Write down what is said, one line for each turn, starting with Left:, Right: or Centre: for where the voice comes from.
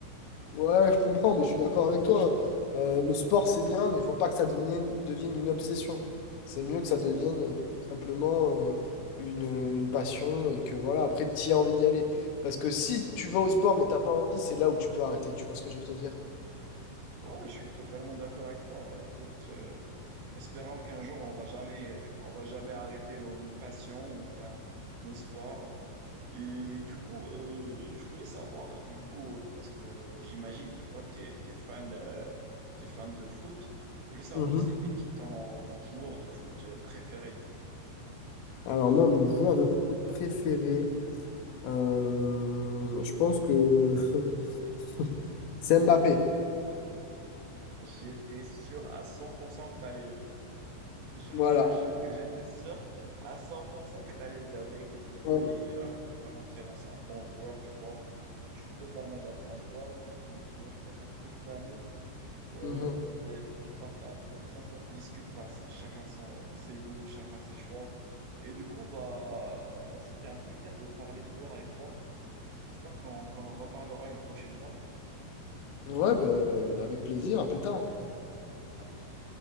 Left: Ouais, je comprends, mais je suis d'accord avec toi. Euh, le sport, c'est bien, mais il faut pas que ça devienne, devienne une obsession. C'est mieux que ça devienne
Right: Ouais.
Left: euh, simplement euh, une, une passion et que voilà, après, tu as envie d'y aller. Parce que si tu vas au sport, mais t'as pas envie, c'est là où tu peux arrêter. Tu vois ce que je veux te dire?
Right: Ouais, je suis totalement d'accord avec toi. Bah, écoute, euh, espérons qu'un jour, on va jamais, on va jamais arrêter nos, nos passions ou bien nos sports. Et du coup, euh, je voulais savoir, du coup, euh, parce que j'imagine que toi, t'es, t'es fan, euh, t'es fan de foot, je voulais savoir
Left: Mhm.
Right: c'était qui ton, ton joueur de foot euh, préféré.
Left: Alors moi, mon joueur de foot préféré, euh, je pense que <laughs> C'est Mbappé.
Right: J'étais sûr à cent pour cent que t'allais le dire. Je
Left: Voilà.
Right: te le jure que j'étais sûr à 100% que t'allais le dire. Mais écoute, il,
Left: Ouais,
Right: il est, il est vraiment, il est vraiment très bon. C'est un bon joueur, tu vois. Je suis totalement d'accord avec toi, même si moi, je préfère Cristiano. Euh,
Left: Mhm.
Right: mais tu vois, ça, ça, ça, ça se discute pas. C'est chacun son, ses goûts, chacun ses choix. Et du coup, bah, bah, c'était un plaisir de parler sport avec toi. J'espère qu'on qu'on en reparlera une prochaine fois.
Left: Ouais, ben, avec plaisir, à plus tard.
Right: À plus.